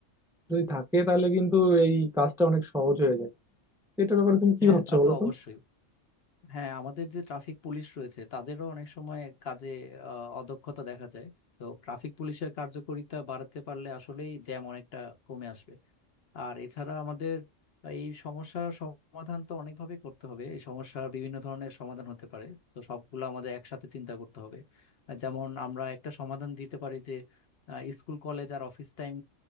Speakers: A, in the centre; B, on the left.
A: যদি থাকে তাহলে কিন্তু এই কাজটা অনেক সহজ হয়ে যায় তো এটার ব্যাপারে তুমি কি
B: হ্যাঁ
A: ভাবছো
B: তা
A: বলো
B: তো
A: তো
B: অবশ্যই হ্যাঁ আমাদের যে ট্রাফিক পুলিশ রয়েছে তাদেরও অনেক সময় কাজে আহ, অদক্ষতা দেখা যায় তো ট্রাফিক পুলিশের কার্যকারিতা বাড়াতে পারলে আসলেই জ্যাম অনেকটা কমে আসবে আর এছাড়া আমাদের এই সমস্যার সমাধান তো অনেকভাবে করতে হবে এই সমস্যার বিভিন্ন ধরনের সমাধান হতে পারে তো সবগুলো আমাদের একসাথে চিন্তা করতে হবে আর যেমন আমরা একটা সমাধান দিতে পারি যে আহ, স্কুল কলেজ আর অফিস টাইম